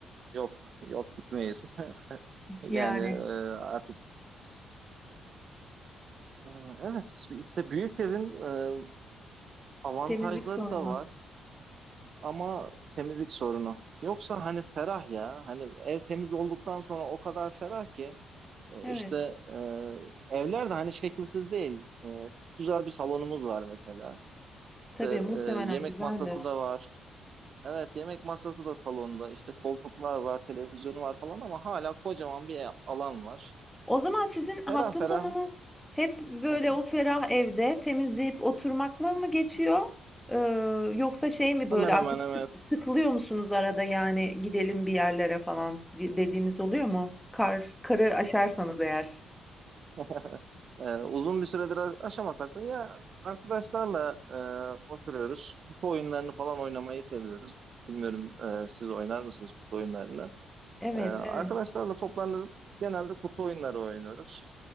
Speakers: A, on the right (about 55°); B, in the centre.
A: Yok yok gitmeyiz. <laughs> Yani
B: Yani
A: e, artık e, evet işte büyük evin e, avantajları
B: temizlik sorunu.
A: da var ama temizlik sorunu. Yoksa hani ferah ya hani ev temiz olduktan sonra o kadar ferah ki e,
B: Evet.
A: işte e, evler de hani şekilsiz değil. E, güzel bir salonumuz var mesela.
B: Tabii
A: İşte,
B: muhtemelen
A: e, yemek
B: güzeldir.
A: masası da var. Evet yemek masası da salonda. İşte koltuklar var, televizyonu var falan ama hala kocaman bir alan var.
B: O zaman sizin hafta
A: Ferah ferah.
B: sonunuz hep böyle
A: Hı hı.
B: o ferah evde temizleyip oturmakla mı geçiyor? Ee, yoksa şey mi böyle
A: Hemen
B: artık
A: hemen evet.
B: sık- sıkılıyor musunuz arada yani gidelim bir yerlere falan di- dediğiniz oluyor mu? Kar, karı aşarsanız eğer.
A: <laughs> Ee, uzun bir süredir a- aşamasak da ya arkadaşlarla e, oturuyoruz. Kutu oyunlarını falan oynamayı seviyoruz. Bilmiyorum e, siz oynar mısınız kutu oyunlarını?
B: Evet,
A: Ee, arkadaşlarla
B: evet.
A: toplanıp genelde kutu oyunları oynuyoruz.